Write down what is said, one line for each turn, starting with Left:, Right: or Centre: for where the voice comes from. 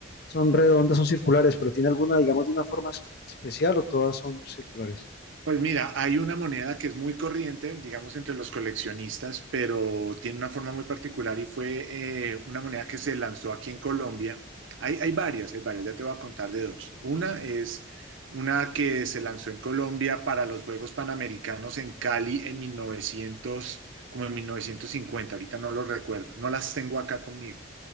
Left: son redondas, son circulares, pero tiene alguna, digamos, de una forma es- especial o todas son circulares.
Right: Pues mira, hay una moneda que es muy corriente, digamos, entre los coleccionistas, pero tiene una forma muy particular y fue eh, una moneda que se lanzó aquí en Colombia. Hay, hay varias, hay varias, ya te voy a contar de dos. Una es una que se lanzó en Colombia para los Juegos Panamericanos en Cali en 1900, como en 1950, ahorita no lo recuerdo, no las tengo acá conmigo